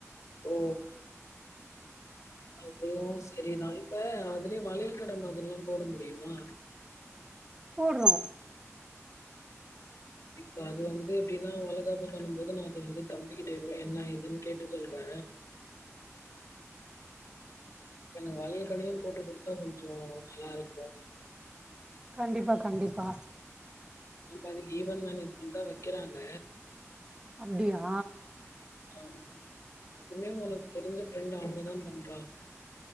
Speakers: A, on the left (about 70°); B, on the right (about 15°).
A: ஓ அதுவு சரிதா இப்ப அதுலயே வளையல் கட மாதிரிலாம் போட முடியுமா
B: போடுறோ
A: இப்ப அது வந்து எப்டின்னா வளகாப்பு பண்ணும் போது நா அத வந்து தம்பிக்கிட்ட எவ்ளோ என்னா எதுன்னு கேட்டு சொல்றே இப்ப எனக்கு வளையல் கடையு போட்டு குடுத்தா கொஞ்சோ நல்லா இருக்கு
B: கண்டிப்பா கண்டிப்பா
A: இப்ப அந்த ஈவென்ட் மேனேஜ்மெண்ட் தா வைக்கிறாங்க
B: அப்டியா
A: ஆமா அதுமே உனக்கு தெரிஞ்ச ஃப்ரெண்ட் அவுங்தா பண்றாங்க